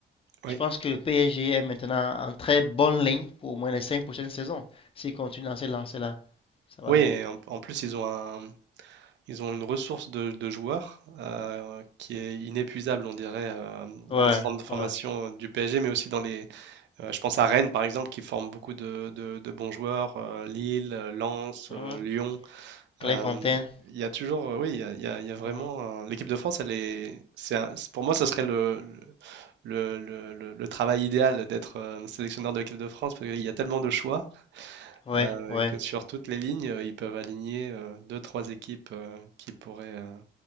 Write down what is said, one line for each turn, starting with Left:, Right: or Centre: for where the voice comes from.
Right: Oui,
Left: Je pense que le PSG est maintenant en très bonne ligne pour au moins les cinq prochaines saisons. S'il continue dans cette lancée-là, ça va
Right: oui,
Left: donner.
Right: et en, en plus, ils ont un- ils ont une ressource de, de joueurs euh, qui est inépuisable, on dirait, euh,
Left: Ouais,
Right: dans les centres de formation
Left: ouais.
Right: euh, du PSG, mais aussi dans les. euh, je pense à Rennes, par exemple, qui forme beaucoup de, de- de bons joueurs, euh, Lille, euh, Lens,
Left: Mhm.
Right: euh, Lyon.
Left: Clairefontaine.
Right: Euh, Il y a toujours, euh, oui, il y a, il y a- il y a vraiment
Left: Mhm.
Right: un- l'équipe de France, elle est, c'est un- c'est- pour moi, ça serait le, le, le- le- le travail idéal d'être euh, sélectionneur de l'équipe de France parce qu'il y a tellement de choix
Left: Ouais,
Right: euh,
Left: ouais.
Right: que sur toutes les lignes, euh, ils peuvent aligner euh, deux, trois équipes euh, qui pourraient euh,